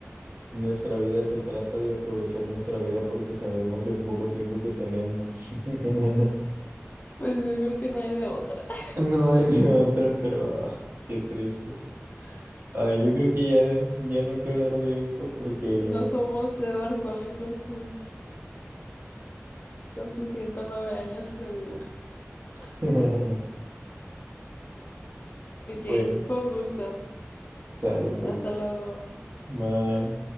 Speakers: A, on the right; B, on the left.
A: Nuestra vida se trata de aprovechar nuestra vida porque sabemos el poco tiempo que tenemos. <laughs>
B: Pues yo creo que no hay de otra. <laughs>
A: No hay de otra, pero ah, qué triste. Ay, yo creo que ya, ya no hay que hablar de esto porque,
B: No somos Edward Cullen con sus, con sus 109 años de vida.
A: <laughs>
B: Ok,
A: bueno,
B: fue un gusto.
A: sale pues.
B: Hasta luego.
A: Bye.